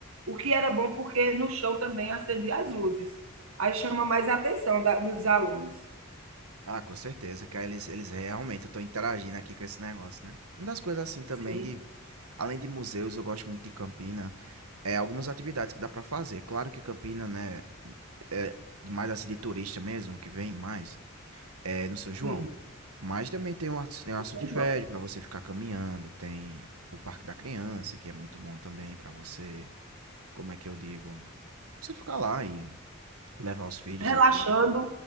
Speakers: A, on the right; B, on the right.
A: O que era bom porque no chão também acendia as luzes. Aí chama mais a atenção da- dos alunos.
B: Ah, com certeza. Que aí eles, eles realmente estão interagindo aqui com esse negócio, né? Uma das coisas assim também
A: Sim,
B: de, além de museus, eu gosto muito de Campina, é algumas atividades que dá pra fazer. Claro que Campina, né, é mais assim de turista mesmo, que vem mais. É no São João.
A: sim,
B: Mas também tem um Aço, tem o Aço
A: São
B: Velho
A: João.
B: para você ficar caminhando, tem o Parque da Criança, que é muito bom também para você, como é que eu digo, você ficar lá e levar os filhos
A: Relaxando.
B: e tudo.